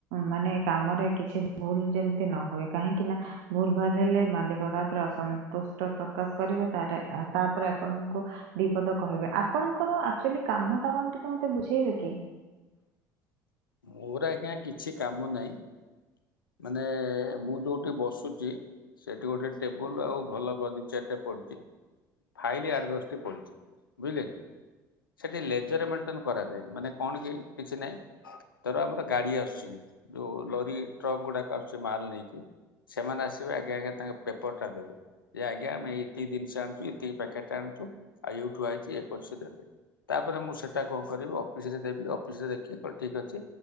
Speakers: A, on the right (about 60°); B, on the left (about 80°).
A: ମାନେ କାମରେ କିଛି ଭୁଲ ଯେମତି ନ ହୁଏ, କାହିଁକି ନା ଭୁଲ ଭାଲ ହେଲେ ମାଲିକ ତାପରେ ଅସନ୍ତ ପ୍ରକାଶ କରିବେ ତାପରେ ଆପଣଙ୍କୁ ଦିପଦ କହିବେ ଆପଣଙ୍କର ଏକ୍ଟୁଲି କାମ ତମ ଟା କଣ ଟିକେ ମତେ ବୁଝେଇବେ କି
B: ମୋର ଆଜ୍ଞା କିଛି କାମ ନାହିଁ। ମାନେ ମୁଁ ଯୋଉଠି ବସୁଛି ସେଠି ଗୋଟେ ଟେବୁଲ ଆଉ ଭଲ ଗଦି ଚେୟାର ଟିଏ ପଡିଛି। ଫାଇଲି ଆଠ ଦଶଟି ପଡିଛି ବୁଝିଲେ କି ସେଠି ଲେଜର ମେଣ୍ଟେନ କରାଯାଏ ମାନେ କଣ କି କିଛି ନାହିଁ ଧର ଆମର ଗାଡି ଆସୁଛି ଯୋଉ ଲରି ଟ୍ରକ୍ ଗୁଡାକ ଆସୁଛି ମାଲ ନେଇକି। ସେମାନେ ଆସିବେ ଆଗେ ଆଗେ ତାଙ୍କ ପେପର ଟା ଦେବେ ଯେ ଆଜ୍ଞା ଆମେ ଏତିକି ଜିନିଷ ଆଣିଛୁ ଏତିକି ପ୍ୟାକେଟ୍ ଆଣିଛୁ। ଆଉ ଏଇଠୁ ଆଇଛି ଏ କରିଛୁ ତାପରେ ମୁଁ ସେଟା କଣ କରିବି ଅଫିସ ରେ ଦେବି ଅଫିସ ରେ ଦେଖିବି କହିଲ ଠିକ ଅଛି।